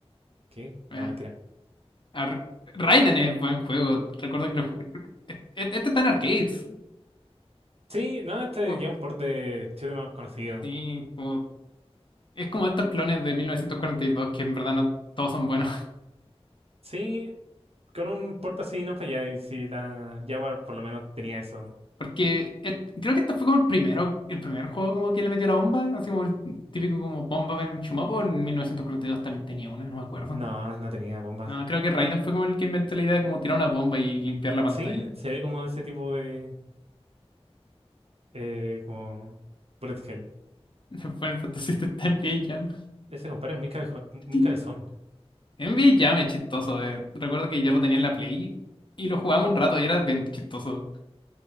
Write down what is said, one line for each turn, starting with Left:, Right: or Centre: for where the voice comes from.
Right: ¿Qué?
Left: bueno.
Right: No, mentira.
Left: Ar- Raiden es buen juego. Recuerdo que lo ju- e- e- Este está en arcades.
Right: Sí, no, este
Left: Co-
Right: ya es un port de Chile más conocido.
Left: sí, como- es como estos clones de 1942 que en verdad no todos son buenos. <laughs>
Right: Sí, con un port así no falláis. Si la Jaguar por lo menos tenía eso.
Left: Porque et- creo que este fue como el primero, el primer juego como que le metió la bomba. Así como el típico como bomba en Chumopo. En 1942 también tenía una, no me acuerdo.
Right: No, no tenía bomba.
Left: No, creo que Raiden fue como el que inventó la idea de como tirar una bomba y limpiar la pantalla.
Right: Sí, se ve como ese tipo de. Eh, como. Bullet Hell.
Left: <laughs> Fue el Fantasy Star en VIA Jam.
Right: Ese compadre es muy cabezón, muy
Left: Sí.
Right: cabezón.
Left: NBA Jam es chistoso. eh. Recuerdo que yo lo tenía en la Play y lo jugaba un rato y era bien chistoso.